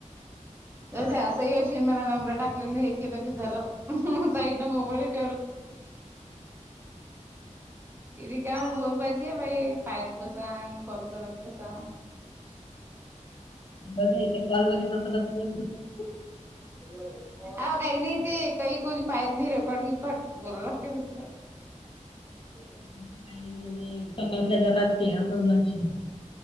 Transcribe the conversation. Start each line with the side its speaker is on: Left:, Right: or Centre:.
Right: असंही अशी मला नंबर टाकले हे केलं की झालं साईटन मोबाईल <unintelligible> <unintelligible> पायात बसा आणि कॉल करत बसा.
Left: <unintelligible>
Right: आहों काही नाही ते काही कोणी पाहत नाही रेकॉर्ड बिकोर्ड <unintelligible>
Left: तसं काही तपासल्या जातात अस <unintelligible>